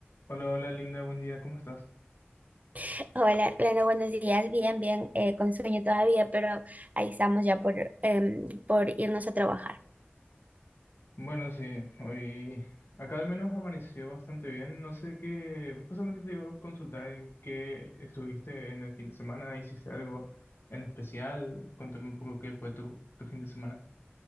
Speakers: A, on the left; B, on the right.
A: Hola, hola Linda, buen día, ¿cómo estás?
B: <laughs> Hola, Leno, buenos días. Bien, bien, eh, con sueño todavía, pero ahí estamos ya por, em, por irnos a trabajar.
A: Bueno, sí, hoy acá al menos amaneció bastante bien. No sé qué, justamente te iba a consultar en qué estuviste en el fin de semana, hiciste algo en especial, cuéntame un poco qué fue tu, tu fin de semana.